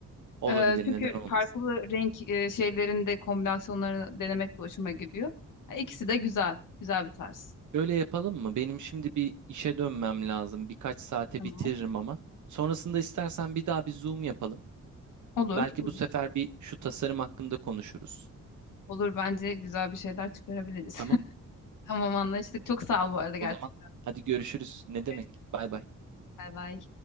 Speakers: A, on the right; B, on the left.
A: Olabilir,
B: Ee, çünkü
A: neden olmasın?
B: farklı renk e, şeylerinde kombinasyonlarını denemek de hoşuma gidiyor. Ha, İkisi de güzel. Güzel bir tarz.
A: Böyle yapalım mı? Benim şimdi bir işe dönmem lazım. Birkaç saate
B: Tamam.
A: bitiririm ama. Sonrasında istersen bir daha bir Zoom yapalım.
B: Olur.
A: Belki
B: Olur.
A: bu sefer bir şu tasarım hakkında konuşuruz.
B: Olur bence güzel bir şeyler çıkarabiliriz.
A: Tamam.
B: <laughs> Tamam anlaştık. Çok sağ ol bu arada gerçekten.
A: O zaman hadi görüşürüz. Ne
B: Görüşürüz.
A: demek? Bay bay.
B: Bay bay.